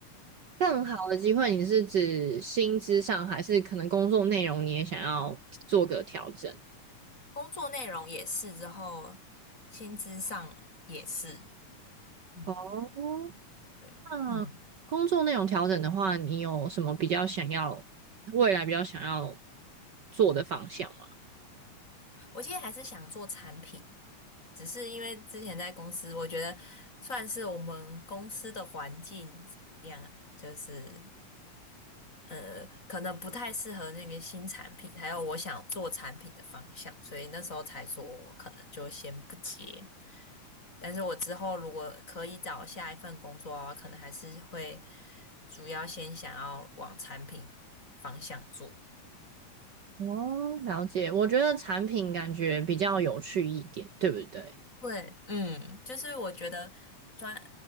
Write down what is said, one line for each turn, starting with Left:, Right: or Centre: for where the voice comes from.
Right: 更好的机会，
Left: 嗯，
Right: 你是指薪资上，还是可能工作内容你也想要做个调整？
Left: 工作内容也是，之后薪资上也是。嗯，
Right: 哦，
Left: 对，
Right: 那工作内容调整的话，
Left: 嗯，
Right: 你有什么比较想要，未来比较想要做的方向吗？
Left: 我其实还是想做产品，只是因为之前在公司，我觉得算是我们公司的环境怎么样，就是呃，可能不太适合那个新产品，还有我想做产品的方向，所以那时候才说我可能就先不接。但是我之后如果可以找下一份工作啊，可能还是会主要先想要往产品方向做。
Right: 哦，了解。我觉得产品感觉比较有趣一点，对不对？
Left: 对，嗯，就是我觉得专，